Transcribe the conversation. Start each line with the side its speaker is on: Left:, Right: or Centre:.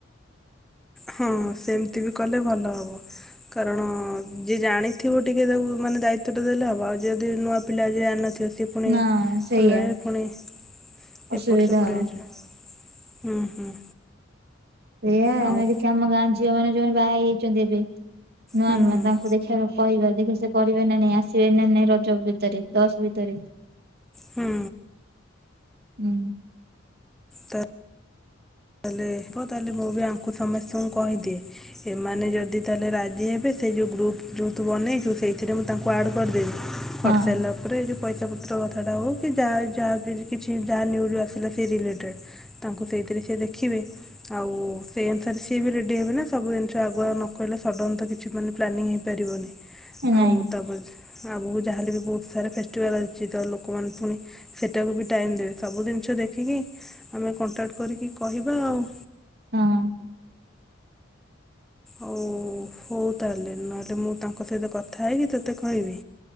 Centre: ହଁ ସେମିତି ବି କଲେ ଭଲ ହବ। କାରଣ ଯିଏ ଜାଣିଥିବ ଟିକିଏ ତାକୁ ମାନେ ଦାୟିତ୍ଵ ଟା ଦେଲେ ହବ ଆଉ ଯଦି ନୂଆ ପିଲା ଯିଏ ଜାଣିିନଥିବ ସି- - ପୁଣି
Right: ନା ସେଇଆ
Centre: କଲେ ପୁଣି ଏପଟ
Right: ଅସୁବିଧା
Centre: ସେପଟ
Right: ହବ
Centre: ହେଉଛି। ଉଁ ହୁଁ।
Right: ଏଇଆ
Centre: ଆଉ
Right: ଆମେ ଦେଖିଆ ଆମ ଗାଁ ଝିଅ ମାନେ ଯୋଉମାନେ ବାହା ହେଇ ଯାଇଛନ୍ତି ଏବେ ନୂଆ
Centre: ହୁଁ।
Right: ନୂଆ ତାଙ୍କୁ ଦେ- - ଖେଳ କହିବା ଦେଖି ସେ କରିବେ ନା ନାଇଁ ଆସିବେ ନା ନାଇଁ ରଜ ଭିତରେ ଦସ୍ ଭିତରେ।
Centre: ହୁଁ।
Right: ହୁଁ।
Centre: ତ ତାହେଲେ ହବ ତାହେଲେ ମୁଁ ବି ଆଙ୍କୁ ସମସ୍ତଙ୍କୁ କହିଦିଏ। ଏମାନେ ଯଦି ତାହେଲେ ରାଜି ହେବେ ସେ ଯୋଉ ଗ୍ରୁପ୍ ଯୋଉ ତୁ ବନେଇଚୁ ସେଇଥିରେ ମୁଁ ତାଙ୍କୁ ଆଡ଼୍ କରିଦେବି।
Right: ହଁ
Centre: କରସାଇଲା। ତାପରେ ଯୋଉ ପଇସା ପତ୍ର କଥାଟା ହଉ କି ଯା ଯାହା ବି କିଛି ଯାହା ନ୍ୟୁଜ୍ ଆସିଲା ସେ ରିଲେଟେଡ। ତାଙ୍କୁ ସେଇଥିରେ ସେ ଦେଖିବେ। ଆଉ ସେଇ ଅନୁସାରେ ସିଏ ବି ରେଡି ହେବେ ନା ସବୁ ଜିନିଷ ଆଗୁଆ ନ କହିଲେ ସଡନ ତ କିଛି ମାନେ ପ୍ଲାନିଂ ହେଇ ପାରିବନି
Right: ନାଇଁ
Centre: ଆଉ ତାପରେ ଆଗୁକୁ ଯାହେଲେ ବି ବହୁତ ସାରା ଫେଷ୍ଟିଭାଲ ଅଛି ତ ଲୋକମାନେ ଫୁଣି ସେଟାକୁ ବି ଟାଇମ୍ ଦେବେ ସବୁ ଜିନିଷ ଦେଖିକି ଆମେ କଣ୍ଟାକ୍ଟ କରିକି କହିବା ଆଉ।
Right: ହଁ।
Centre: ଓ ହଉ ତାହେଲେ ନହେଲେ ମୁଁ ତାଙ୍କ ସହିତ କଥା ହେଇକି ତତେ କହିବି।